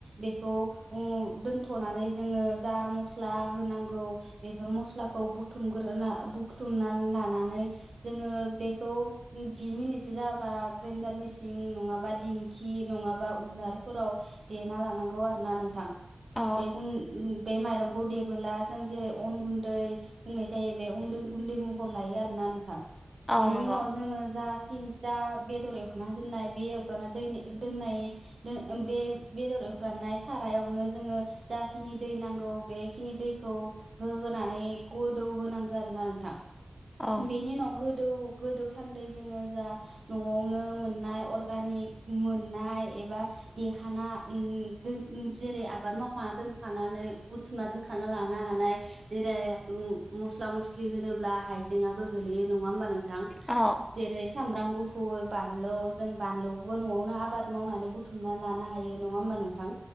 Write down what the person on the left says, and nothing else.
औ
औ
नंगौ
औ
औ